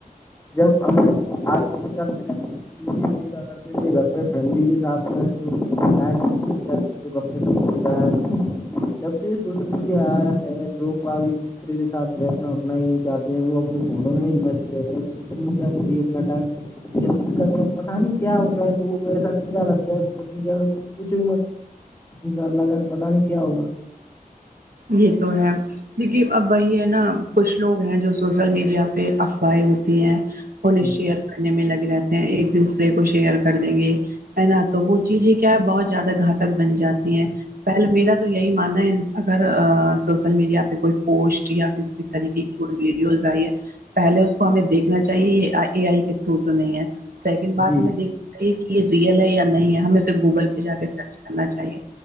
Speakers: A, on the left; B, on the right.
A: ج ہم آج دو سال پل دیکھا کرتے تھے گھر پہ فیملی کے ساتھ تو م بھی پیچ چے کی جاتی تھی تو گپے سپ ک جب سے سوشل میڈیا آیا ہے لوگ آگئے دوسرے کے ساتھ بیٹھنا اٹھنا ہی نہیں چاہتے ہیں وہ اپنے فونوں میں م رہتے وہ سوشل میڈیا پر ہی اپنا ٹائم وتیت کرنے پتا نہیں کیا ہو گیا ہے لوگوں کو ایسا کیڑا لگ گیا ہے ز کچھ م انشاء اللہ جان پتا نہیں کیا ہوا
B: یہ تو ہے دیکھی اب وہی ہے نا کچھ لوگ ہیں جو سوسل میڈیا پہ افواہیں ہوتی ہیں انہیں
A: جی
B: شیئر کرنے میں لگے رہتے ہیں ایک دوسرے کو شیئر کر دیں گے ہے نا تو وہ چیزیں کیا ہے بہت زیادہ گھاتک بن جاتی ہیں پہلے میرا تو یہی ماننا ہے اگر سوشل میڈیا پہ کوئی پوسٹ یا کسی طریقے کی کوئی یوز آ رہئی ہے پہلے اس کو ہمیں دیکھنا چاہیے یہ اے آئی کے تھرو تو نہیں ہے سیکنڈ بعد
A: جی
B: ہمیں دیکھ کہ یہ ریئل ہے یا نہیں ہے ہمیںے گوگل پہ جا کے چ کرنا چاہیے